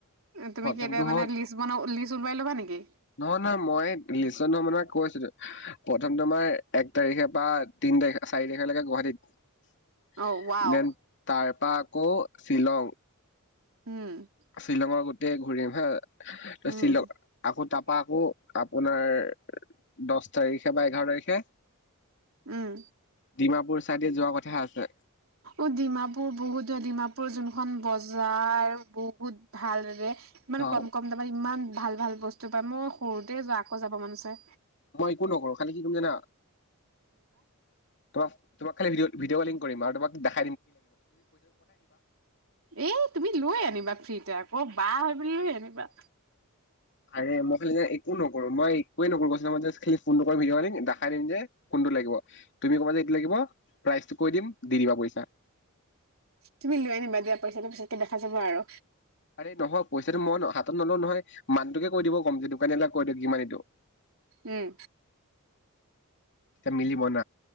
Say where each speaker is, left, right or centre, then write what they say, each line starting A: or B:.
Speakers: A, on the right; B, on the left.
A: তুমি
B: প্ৰথমটো
A: কি এতিয়া মানে
B: হ'ল
A: লিষ্ট বনা লিষ্ট মোবাইল ল'ব নেকি
B: নহয় নহয় মই লিচন মামক কৈ আছো প্ৰথম তোমাৰ এক তাৰিখে বা তিন তাৰিখে চাৰি তাৰিখেলৈকে গুৱাহাটীত
A: অ, ৱাও
B: দেন তাৰ পা কৌ শ্বিছিলং
A: উম
B: শ্বিলংৰ গোটেই ঘূৰি আহি হা তই
A: উম,
B: শ্বিলং আকৌ ত পাকো আপোনাৰ দহ তাৰিখে বা এঘাৰ তাৰিখে
A: উম
B: ডিমাপুৰ চাইডে যোৱা কথা আছে
A: অ ডিমাপুৰ বহুত ডিমাপুৰ যোনখন বজাৰ বজাৰ বহুত ভালৰে ইমান
B: অ
A: কম কম দাম ইমান ভাল ভাল বস্তু বস্তু পায় মই সৰুতে যোৱা আকৌ যাব মন গৈছে
B: মই একো নকৰো খালি কি কৰিম জানা তোমাক তোমাক খালী ভিডিঅ' ভিডিঅ ক'লিং কৰি আৰু তোমাক দে
A: এই তুমি লৈ আনিবা ফ্ৰীতে আকৌ বা বাহ বোলি লৈঅনিবা
B: আৰে মোক একো নকৰো মই একোযে নকৰোঁ মই জাস্ট খেলি কোনতো কয় ভিডিঅ ক'লিং দেখাই দিম যে কোনটো লাগিব তুমি ক'বা যে এইটো লাগিব প্ৰাইজটো কৈ দিম দি দিবা পইচা
A: তুমি লৈ আনিবা দিয়া পইচাটো পিছতকে দেখা যাব আৰু
B: আৰে নহয় পইচাটো মই ন হাতত হাত নলোওঁ নহয় মানুকতো কৈ দিব কম যিটো এই দাদা কৈ দিয়ক কিমান এইটো
A: উম,
B: তেতিয়া মিলিব ন